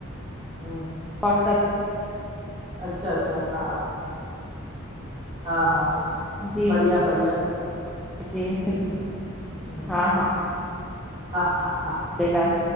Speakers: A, on the right; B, in the centre.
A: हूं।
B: वाट्सएप।
A: अच्छा अच्छा हा। हा हा।
B: जी।
A: बढ़िया बढ़िया
B: जी
A: हूं हूं।
B: हा
A: हा हा हा।
B: ॾींदा अन